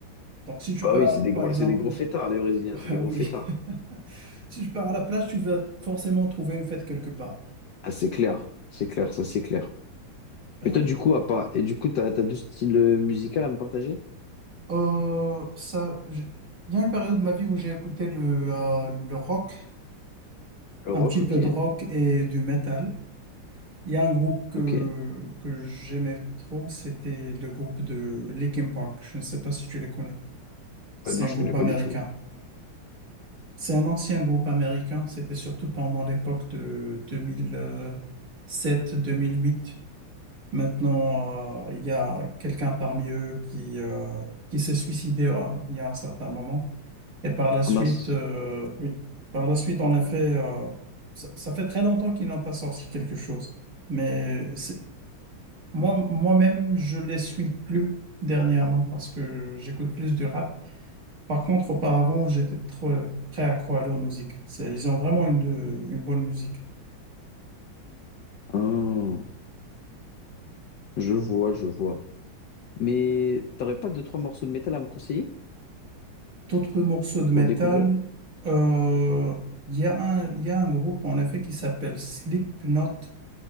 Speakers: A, on the right; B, on the left.
A: Donc si tu
B: Bah
A: pars
B: oui, c'est des
A: par
B: gros,
A: exemple
B: c'est des gros fêtards, les Brésiliens,
A: <laughs>
B: c'est
A: ah
B: des
A: oui
B: gros fêtards.
A: <laughs> si tu pars à la plage tu vas forcément trouver une fête quelque part.
B: Ah, c'est clair, c'est clair, ça c'est clair.
A: Ah
B: Mais toi,
A: oui.
B: du coup, à part... Et du coup, t'as, t'as deux styles euh, musicaux à me partager?
A: Euh, ça j- il y a une période de ma vie où j'ai écouté le, euh, le rock
B: Le
A: un
B: rock,
A: petit
B: ok,
A: peu de rock et du metal Il y a un groupe que
B: ok.
A: que j'aimais trop c'était le groupe de Linkin Park. Je ne sais pas si tu les connais. C'est
B: Euh, non,
A: un
B: je
A: groupe
B: connais pas
A: américain.
B: du tout.
A: C'est un ancien groupe américain. C'était surtout pendant l'époque de deux deux mille sept, mille huit. Maintenant, euh, il y a quelqu'un parmi eux qui, euh, qui s'est suicidé euh, il y a un certain moment. Et par la suite,
B: Ah mince.
A: euh, oui, par la suite, en effet, euh, ça, ça fait très longtemps qu'ils n'ont pas sorti quelque chose. Mais c'est- moi, moi-même, je les suis plus dernièrement parce que j'écoute plus du rap. Par contre, auparavant, j'étais trop euh, très accro à leur musique. C'est- Ils ont vraiment une, de- une bonne musique.
B: Ah, je vois, je vois. Mais t'aurais pas deux, trois morceaux de métal à me conseiller
A: D'autres morceaux de métal,
B: pour découvrir?
A: euh, il y a un, il y a un groupe en effet qui s'appelle Slipknot.